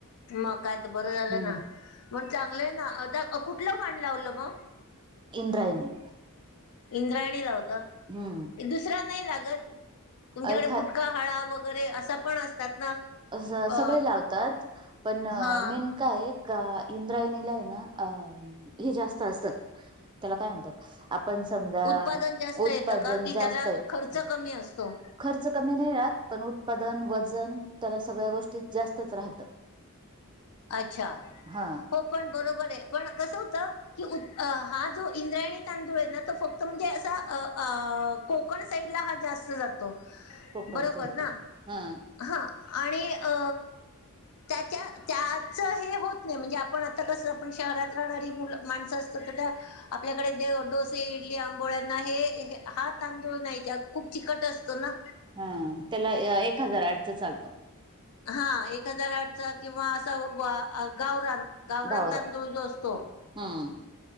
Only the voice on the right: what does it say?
हम्म
इंद्रायणी.
हम्म
एखा
अस
सगळे लावतात. पण
मेन काये का इंद्रायणीलाये ना अ हे जास्त असतं. त्याला काय म्हणतात? आपण समजा
उत्पादन
जास्त
आहेत
खर्च कमी नाही राहत पण उत्पादन, वजन त्याला सगळ्या गोष्टी जास्तच राहतं.
हा
कोकणच्या
इथला.
हा
हा त्याला ए एक हजार आठचा चालतो.
घावरल.
हम्म.